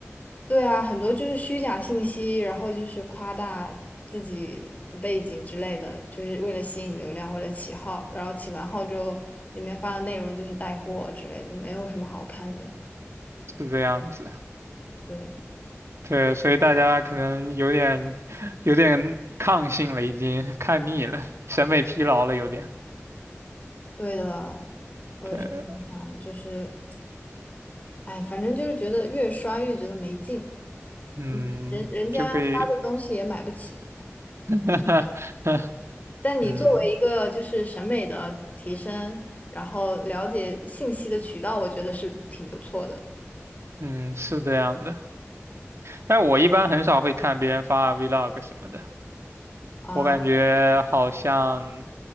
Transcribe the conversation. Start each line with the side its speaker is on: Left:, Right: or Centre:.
Left: 对啊，很多就是虚假信息，然后就是夸大自己的背景之类的，就是为了吸引流量，为了起号，然后起完号之后，里面发的内容就是带货之类的，没有什么好看的。
Right: 是这样子，
Left: 对，
Right: 对，所以大家可能有点有点抗性了，已经看腻了，审美疲劳了，有点，
Left: 对的，我也是这么想，
Right: 对，
Left: 就是，哎，反正就是觉得越刷越觉得没劲，
Right: 嗯，
Left: 嗯，人人家发的东西也买不起。
Right: 就可以，<laughs>
Left: 但你作为一个就是审美的提升，
Right: 嗯
Left: 然后了解信息的渠道，我觉得是挺不错的
Right: 嗯，是这样的。但我一般很少会看别人发 vlog 什么的，
Left: 啊。
Right: 我感觉好像，